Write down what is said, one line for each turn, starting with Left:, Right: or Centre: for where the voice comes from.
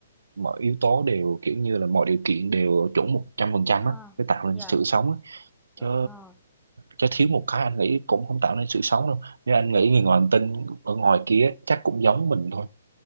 Right: mọi yếu tố đều kiểu như là mọi điều kiện đều chuẩn một trăm phần trăm
Centre: à
Right: á để tạo nên
Centre: dạ
Right: sự sống á
Centre: gọi,
Right: chứ
Centre: ờ,
Right: chứ thiếu một cái anh nghĩ cũng không tạo nên sự sống đâu nhưng anh nghĩ người ngoài hành tinh ở ngoài kia chắc cũng giống mình thôi